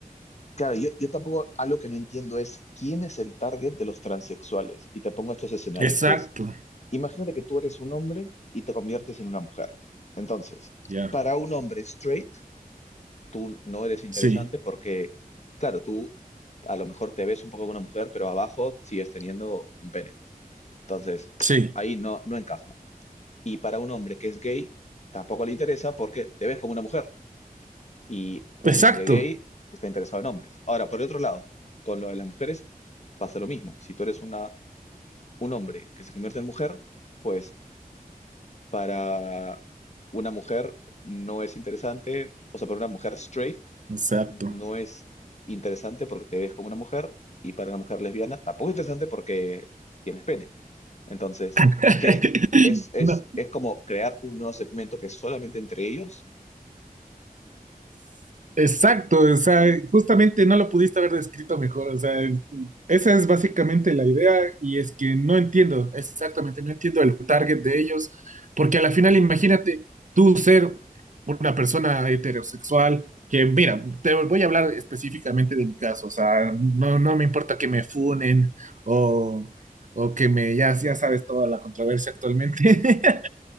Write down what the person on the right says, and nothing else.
Exacto.
Ya.
Sí.
Sí.
Exacto.
Exacto.
<laughs>
No,
Exacto, o sea, justamente no lo pudiste haber descrito mejor, o sea, es- esa es básicamente la idea y es que no entiendo, exactamente, no entiendo el target de ellos, porque a la final imagínate tú ser una persona heterosexual, que mira, te voy a hablar específicamente de mi caso, o sea, no, no me importa que me funen o, o que me, ya, ya sabes toda la controversia actualmente, <laughs>